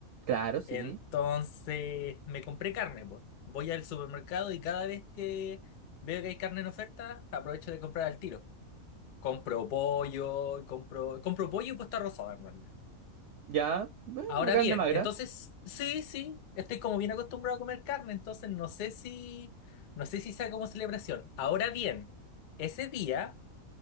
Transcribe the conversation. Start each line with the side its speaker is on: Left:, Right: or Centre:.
Right: Claro, sí.
Left: Entonces me compré carne, pues. Voy al supermercado y cada vez que veo que hay carne en oferta, aprovecho de comprar al tiro. Compro pollo, compro, compro pollo y puesta rosada en realidad.
Right: Ya, bueno,
Left: Ahora
Right: una carne
Left: bien,
Right: magra.
Left: entonces sí, sí, estoy como bien acostumbrado a comer carne, entonces no sé si, no sé si sea como celebración. Ahora bien, ese día